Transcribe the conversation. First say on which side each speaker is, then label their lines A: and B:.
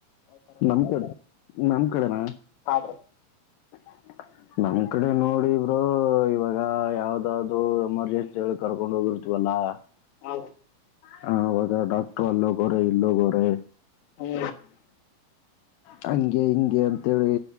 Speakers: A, on the left; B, on the left.
A: ನಮ್ ಕಡೆ ನಮ್ ಕಡೆನಾ.
B: ಹ ಬ್ರೋ.
A: <inaudible> ನಮ್ ಕಡೆ ನೋಡಿ ಬ್ರೋ ಇವಾಗ ಯಾವ್ದಾದ್ರು ಎಮರ್ಜೆನ್ಸಿ ಕರ್ಕೊಂಡ ಹೋಗಿರ್ <unintelligible>
B: ಹ ಬ್ರೋ.
A: ಹ ಅವಾಗ ಡಾಕ್ಟ್ರು ಅಲ್ಲಿ ಹೋಗರೆ ಇಲ್ಲಿ ಹೋಗೋರೆೆ.
B: ಹೂ
A: ಹಂಗೆ ಹಿಂಗೆ ಅಂತೇಳಿ